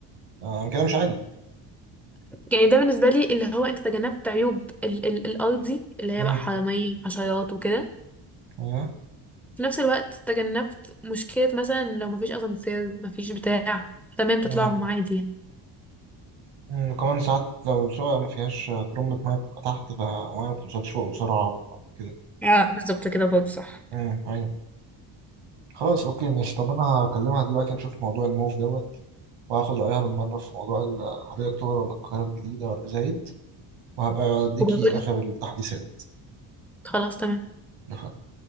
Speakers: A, on the right; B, in the centre.
A: آه كده مش عالي
B: يعني ده بالنسبة لي اللي هو انت تجنبت عيوب ال ال الأرضي اللي هي
A: امم
B: بقى حرامية حشرات وكده
A: ايوه
B: في نفس الوقت تجنبت مشكلة مثلا لو مفيش أسانسير مفيش بتاع تمام تطلعهم
A: آه.
B: عادي يعني
A: أمم، وكمان ساعات لو الشقة ما فيهاش آه، ترمبة مية بتبقى تحت فالمية ما بتوصلش فوق بسرعة وكده
B: اه بالظبط كده برضه صح
A: امم ايوه خلاص اوكي ماشي طب انا هكلمها دلوقتي نشوف موضوع الموف دوت وهاخد رأيها بالمرة في موضوع ال- حدائق اكتوبر ولا القاهرة الجديدة ولا زايد وهبقى اديكي
B: وبقول
A: اخر التحديثات
B: خلاص تمام
A: اتفقنا؟